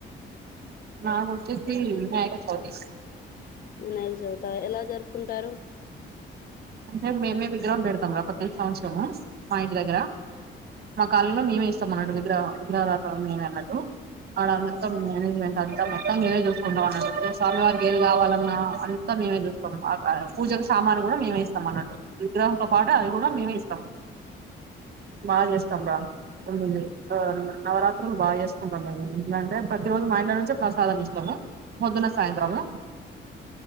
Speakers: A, on the right; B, on the left.
A: నాక్ వచ్చేసీ వినాయక చవితి.
B: వినాయక చవితా. ఎలా జరుపుకుంటారు.
A: అంటే మేమే విగ్రహం పెడతాం రా ప్రతీ సంవత్సరమూ. మా ఇంటి దగ్గరా. మా కాలనిలో మేమే ఇస్తాం అన్నట్టు విగ్రహం. విగ్రహదాతా మేమే అన్నట్టూ. ఆడ మొత్తం మేనేజ్మెంట్ అంతా మొత్తం మేమే చూసుకుంటాం అన్నట్టు. స్వామి వారికి ఏది కావాల న్నా అంతా మేమే చూస్తాము. ఆ డ పూజకు సామాను కూడా మేమే ఇస్త్ స్తాం అన్నట్టు. విగ్రహంతో పాటు అవి గూడా మేమే ఇస్తాం. బాగా చేస్తాం రా కొండ్లు లేవ్ నవరాత్రులు బాచేసుకుంటాం మేం. ఇంట్లా అంటే ప్రతిరోజు మా ఇంట్లో నుంచే ప్రసాదం ఇస్తాము. పొద్దున సాయంత్రము,